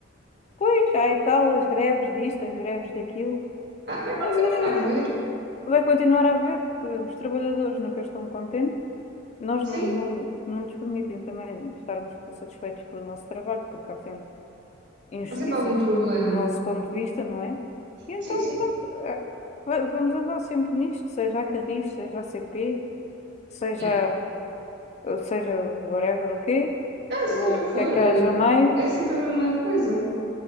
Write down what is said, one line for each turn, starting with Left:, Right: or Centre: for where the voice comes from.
Left: pois, há e tal, as greves disto, as greves daquilo,
Right: Ah, vai
Left: mas
Right: continuar
Left: eh,
Right: a haver,
Left: vai continuar a haver, porque os trabalhadores nunca estão contentes. Nós
Right: sim,
Left: não, não, não nos permitem também estarmos satisfeitos com o nosso trabalho, porque há sempre injustiças
Right: há sempre algum problema.
Left: do nosso ponto de vista, não é? E então,
Right: Sim, sim.
Left: pronto, eh, va- vamos andar sempre nisto, seja a Carris, seja a CP, seja,
Right: Yeah.
Left: seja whatever o quê.
Right: Ah,
Left: ou
Right: seja
Left: o
Right: o
Left: que
Right: que for,
Left: é que
Right: eh,
Left: haja mais,
Right: é sempre a mesma coisa.